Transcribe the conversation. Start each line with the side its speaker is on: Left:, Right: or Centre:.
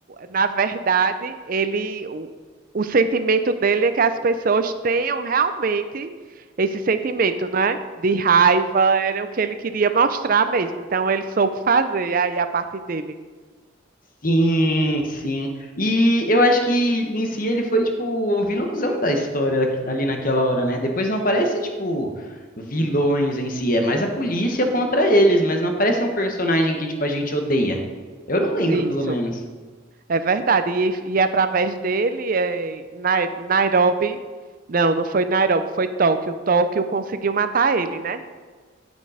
Right: na verdade, ele, o, o sentimento dele é que as pessoas tenham realmente esse sentimento, né? De raiva, era o que ele queria mostrar mesmo. Então, ele soube fazer aí a parte dele.
Left: Sim, sim. E eu acho que em si ele foi, tipo, o vilãozão da história aqui- ali naquela hora, né? Depois não aparece, tipo, vilões em si, é mais a polícia contra eles, mas não aparece um personagem que, tipo, a gente odeia. Eu não lembro,
Right: Isso.
Left: pelo menos.
Right: É verdade. E, e através dele, é, Nai- Nairobi. Não, não foi Nairobi, foi Tóquio. Tóquio conseguiu matar ele, né?